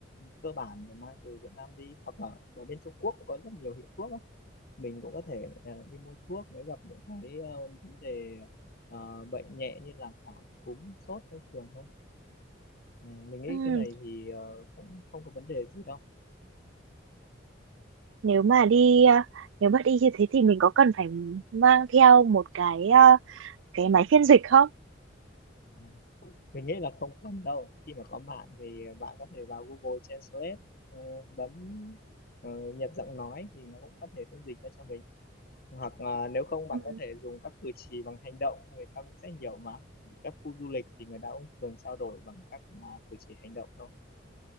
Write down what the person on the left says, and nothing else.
cơ bản để mang từ Việt Nam đi hoặc là ở bên Trung Quốc cũng có rất nhiều hiệu thuốc mình cũng có thể à, đi mua thuốc nếu gặp những cái ờ, vấn đề ờ, bệnh nhẹ như là cảm cúm sốt thông thường thôi ừ, mình nghĩ
cái này thì ờ, cũng không có vấn đề gì đâu
À, mình nghĩ là không cần đâu khi mà có mạng thì bạn có thể vào Google Translate ờ, bấm ờ, nhập giọng nói thì nó cũng có thể phiên dịch ra cho mình hoặc là nếu không bạn
có thể dùng các cử chỉ bằng hành động người ta cũng sẽ hiểu mà các khu du lịch thì người ta cũng thường trao đổi bằng các à, cử chỉ hành động thôi